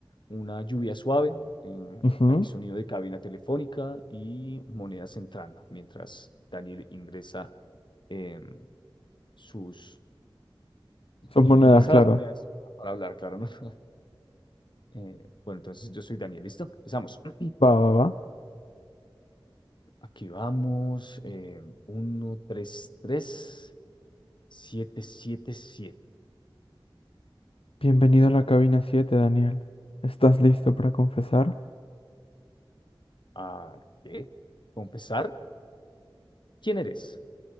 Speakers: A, on the left (about 55°); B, on the left (about 85°).
A: una lluvia suave, eh,
B: Ujú.
A: hay sonido de cabina telefónica y monedas entrando, mientras Daniel ingresa eh, sus
B: Son
A: eh,
B: monedas,
A: ingresa
B: claro.
A: las monedas para hablar, claro, ¿no? <laughs> Eh, bueno, entonces yo soy Daniel, ¿listo? Empezamos. <clears throat>
B: Va, va, va.
A: Aquí vamos. Eh, 1, 3 3, 7 7 7.
B: Bienvenido a la cabina 7, Daniel. ¿Estás listo para confesar?
A: ¿A qué? ¿Confesar? ¿Quién eres?